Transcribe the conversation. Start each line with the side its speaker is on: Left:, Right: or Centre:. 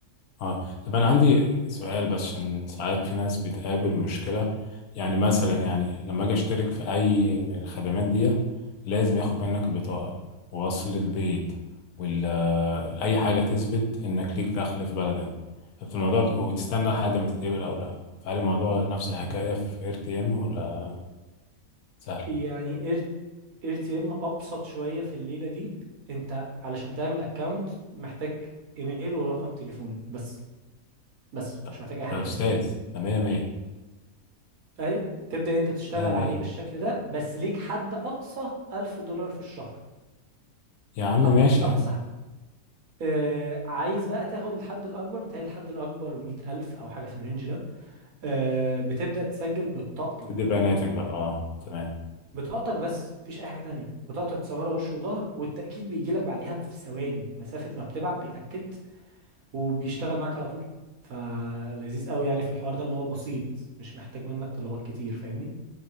Left: اه طب انا عندي سؤال بس عشان ساعات في ناس بتقابل
Right: مم.
Left: مشكلة يعني مثلا يعني لما اجي اشترك في اي من الخدمات دي لازم ياخد منك البطاقة ووصل البيت ولا اي حاجة تثبت انك ليك دخل في بلدك طب الموضوع بت- وتستنى لحد ما تتقبل او لا فهل الموضوع نفس الحكاية
Right: مم.
Left: في ار تي ام ولا سهل
Right: يعني اير اير تي ام ابسط شويه في الليله دي انت علشان تعمل اكونت محتاج ايميل ورقم تليفون بس بس
Left: لا
Right: مش محتاج اي حاجه
Left: ده
Right: تاني
Left: استاذ ده مية مية
Right: اي تبدأ انت تشتغل
Left: مية مية
Right: عليه بالشكل ده بس ليك حد اقصى 1000 دولار في الشهر
Left: يا عم ماشي
Right: أق... اقصى
Left: يا عم
Right: حد آه عايز بقى تاخد الحد الاكبر متهيألي الحد الاكبر 100000 او حاجة في الرينج ده آه بتبدأ تسجل ببطاقتك
Left: تدي
Right: بقى
Left: بياناتك بقى اه تمام
Right: بطاقتك بس مفيش اي حاجة تانية بطاقتك تصورها وش وظهر والتأكيد بيجي لك بعديها في ثواني مسافة ما بتبعت بيأكد وبيشتغل معاك على طول فلذيذ قوي يعني في الحوار ده ان هو بسيط مش محتاج منك طلبات كتير فاهمني